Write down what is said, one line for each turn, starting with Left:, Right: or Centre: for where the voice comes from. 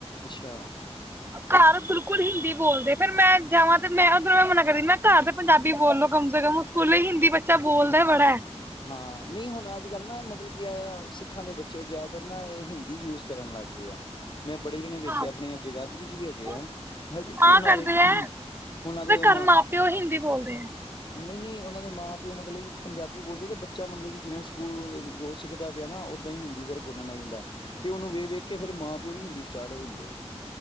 Left: ਅੱਛਾ
Right: ਘਰ ਬਿਲਕੁਲ ਹਿੰਦੀ ਬੋਲਦੇ ਫੇਰ ਮੈਂ ਜਾਵਾਂ ਤੇ ਮੈਂ ਉੱਧਰੋਂ ਮੈਂ ਮਨਾ ਕਰਦੀ ਮੈਂ ਘਰ ਤੇ ਪੰਜਾਬੀ ਬੋਲ ਲੋ ਕਮ ਸੇ ਕਮ ਸਕੂਲ ਵੀ ਹਿੰਦੀ ਬੱਚਾ ਬੋਲਦਾ ਬੜਾ ਹੈ
Left: ਹਾਂ ਨਹੀਂ ਹੁਣ ਅੱਜ ਕੱਲ੍ਹ ਨਾ ਮਤਲਬ ਕੀ ਹੈ ਸਿੱਖਾਂ ਦੇ ਬੱਚੇ ਜ਼ਿਆਦਾਤਰ ਨਾ ਇਹੀ ਹਿੰਦੀ ਯੂਜ਼ ਕਰਨ ਲੱਗ ਗਏ ਆ ਮੈਂ ਬੜੇ ਜਣੇ ਵੇਖੇ
Right: ਹਾਂ
Left: ਆ ਆਪਣੇ ਜਗਾਦਰੀ ਚ ਵੀ ਹੈਗੇ
Right: ਉਹ
Left: ਆ ਹਜੇ ਕੀ
Right: ਤਾਂ
Left: ਉਹਨਾਂ
Right: ਕਰਦੇ
Left: ਦੇ
Right: ਹੈ
Left: ਉਹਨਾਂ ਦੇ
Right: ਘਰ
Left: ਮਾਂ
Right: ਪਿਓ ਹਿੰਦੀ ਬੋਲਦੇ ਹੈ
Left: ਨਹੀਂ ਨਹੀਂ ਉਹਨਾਂ ਦੇ ਮਾਂ ਪਿਉ ਮਤਲਬ ਕਿ ਪੰਜਾਬੀ ਬੋਲਦੇ ਤੇ ਬੱਚਾ ਮਤਲਬ ਕਿ ਜਿਵੇਂ ਸਕੂਲ ਜੋ ਸਿੱਖਦਾ ਪਿਆ ਨਾ ਉਦਾ ਹੀ ਹਿੰਦੀ ਫੇਰ ਬੋਲਣ ਲੱਗ ਜਾਂਦਾ ਤੇ ਉਹਨੂੰ ਵੇਖ ਵੇਖ ਕੇ ਫੇਰ ਮਾਂ ਪਿਓ ਵੀ ਹਿੰਦੀ ਸਟਾਟ ਹੋ ਜਾਂਦੇ ਹੈ।